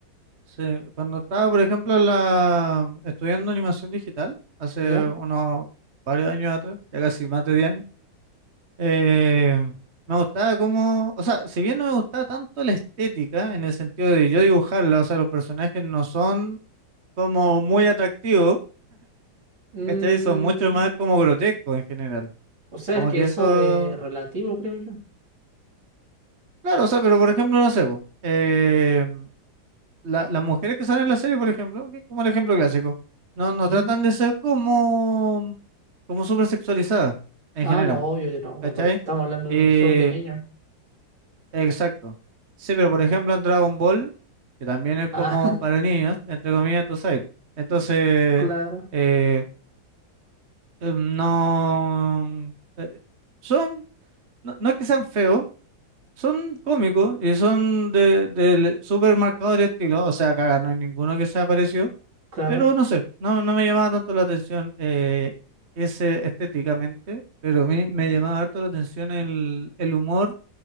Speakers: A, on the right; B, on the right.
A: Sí, cuando estaba, por ejemplo, en la, estudiando animación digital, hace
B: ¿ya?
A: unos varios años atrás, ya casi más de 10 años, Eh, me gustaba como, o sea, si bien no me gustaba tanto la estética, en el sentido de yo dibujarla, o sea, los personajes no son como muy atractivos,
B: Mm,
A: ¿cachai? Son mucho más como grotescos en general.
B: o sea,
A: Como
B: es que
A: que
B: eso
A: eso,
B: es relativo, creo yo.
A: claro, o sea, pero por ejemplo, no sé, po, eh, la- las mujeres que salen en la serie, por ejemplo, que es como el ejemplo clásico, no, no
B: Ujú.
A: tratan de ser como, como súper sexualizadas en
B: Ah,
A: general,
B: no, obvio que no.
A: ¿cachai?
B: Aparte, estamos hablando
A: Eh,
B: de un show de niños.
A: Exacto. Sí, pero por ejemplo en Dragon Ball, que también es
B: Ah,
A: como para niños, entre comillas, tú sabes. Entonces,
B: <laughs> claro,
A: eh, eh, no, eh, son, no, no es que sean feos, son cómicos y son de, de súper marcado el estilo, o sea, caga, no hay ninguno que sea parecido,
B: claro.
A: pero no sé, no, no me llamaba tanto la atención eh, ese estéticamente, pero a mí me llamaba harto la atención el, el humor